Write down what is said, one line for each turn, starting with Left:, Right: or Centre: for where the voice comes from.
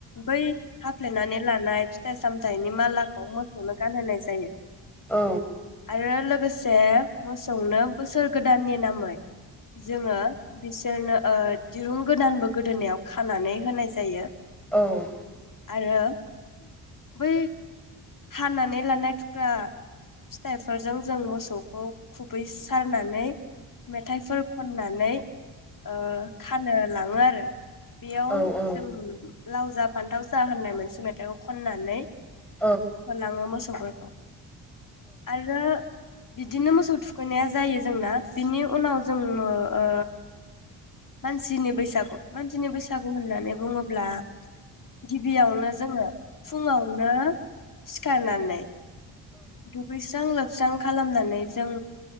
Left: बै हाफ्लेनानै लानाय फिथाइ सामथाइनि मालाखौ मोसौनो गानहोनाय जायो।
Centre: औ।
Left: आरो लोगोसे मोसौनो बोसोर गोदाननि नामै जोङो बिसोरनो ओ दिरुं गोदानबो गोदोनायाव खानानै होनाय जायो।
Centre: औ।
Left: आरो बै। हानानै लानाय थुख्रा फिथाइफोरजों जों मोसौखौ खुबै सारनानै मेथाइफोर खननानै ओ खानो लाङो आरो। बेयाव
Centre: औ औ औ
Left: जों लाव जा फान्थाव जा होननाय मोनसे मेथाइखौ खननानै।
Centre: औ उम औ उम औ
Left: होलाङो मोसौ <unintelligible> आरो बिदिनो मोसौ थुखैनाया जायो जोंना बिनि उनाव जोङो न ओ मानसिनि बैसागु मानसिनि बैसागु होननानै बुङोब्ला गिबियावनो जोङो फुङावनो सिखारनानै। दुगैस्रां लोब स्रां खालामनानै जों